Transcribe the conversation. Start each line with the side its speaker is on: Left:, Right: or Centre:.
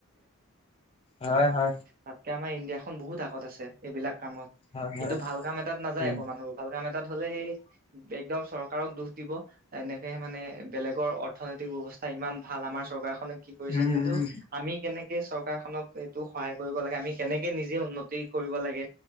Left: হয়, হয়।
Right: তাতকে আমাৰ ইন ইন্দিয়াখন বহুত আগত আছে এইবিলাক কামত,
Left: হয়
Right: কিন্তু
Left: হয়
Right: ভাল কাম এটাত নাযায়
Left: উম
Right: আকৌ মানুহবোৰ ভাল কাম এটা তাত হ'লে সেই এক্দম চৰকাৰক দোষ দিব এনেকে মানে বেলেগৰ অৰ্থনৈতিক ব্যৱস্থা ব্যৱস্থা ইমান ভাল, আমাৰ চৰকাৰখনে কি কৰিছে
Left: উম
Right: কিন্তু
Left: উম
Right: আমি কেনেকে চৰকাৰখনক এইটো সহায় কৰিব লাগে, আমি কেনেকে নিজে উন্নতি কৰিব লাগে।